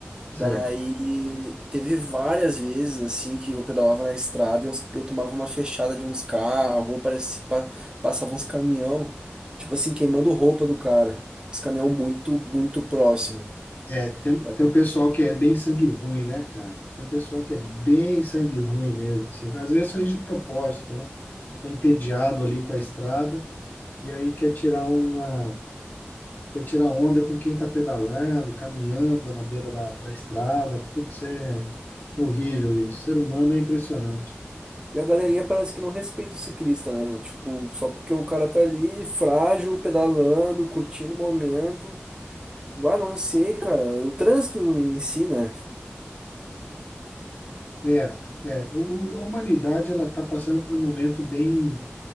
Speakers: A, on the left; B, on the right.
A: certo.
B: Daí teve várias vezes assim que eu pedalava na estrada e uns- eu tomava uma fechada de uns carros, ou parecia, pa- passava uns caminhão, tipo assim, queimando roupa do cara. Os caminhão muito, muito próximo.
A: É, tem,
B: É.
A: tem um pessoal que é bem sangue ruim, né, cara? Tem um pessoal que é bem sangue ruim mesmo, assim. Às vezes faz de propósito, né? Tá entediado ali com a estrada e aí quer tirar uma, quer tirar onda com quem tá pedalando, caminhando na beira da, da estrada. Putz, é, é horrível isso. O ser humano é impressionante.
B: E a galerinha parece que não respeita o ciclista, né? Tipo, só porque o cara tá ali frágil, pedalando, curtindo o momento. Ah, não sei, cara. O trânsito em si, né?
A: É, é, o, o- a humanidade ela está passando por um momento bem,